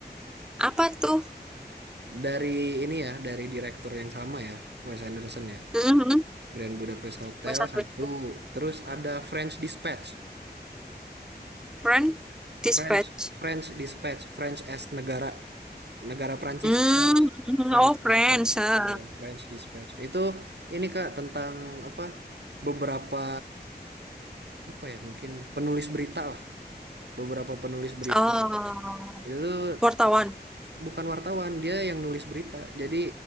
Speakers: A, in the centre; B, on the right (about 75°).
A: Apa tuh?
B: Dari ini ya, dari direktur yang sama ya, Wes Anderson ya.
A: Mhm.
B: Grand Budapest Hotel
A: Bahasa Inggris.
B: satu, terus ada French Dispatch.
A: Friend
B: French
A: Dispatch.
B: French Dispatch, French as negara negara Prancis.
A: Hmm.
B: French
A: hmm, hmm.
B: French
A: Oh, Friends.
B: Dispatch.
A: ah.
B: Ya, French Dispatch. Itu ini Kak tentang apa? Beberapa apa ya mungkin penulis berita beberapa penulis berita
A: Oh,
B: itu tuh
A: wartawan.
B: bukan wartawan dia yang nulis berita jadi